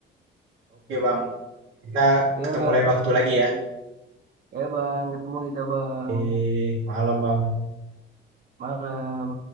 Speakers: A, on the right; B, on the right.
A: Oke, Bang. Kita
B: Iya
A: ketemu
B: Bang,
A: lain waktu lagi ya.
B: iya Bang. Ketemu kita Bang.
A: Eh, malam, Bang.
B: Malam.